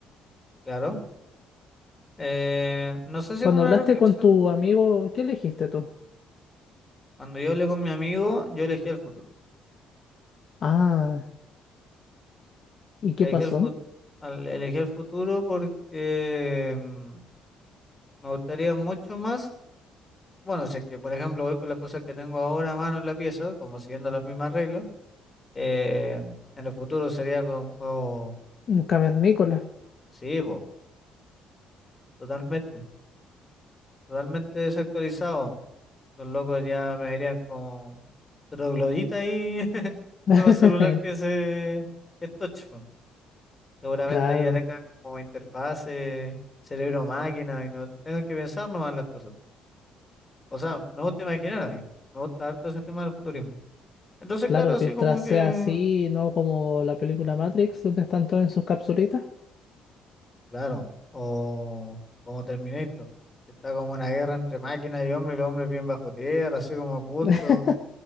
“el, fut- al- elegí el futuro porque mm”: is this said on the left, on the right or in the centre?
Left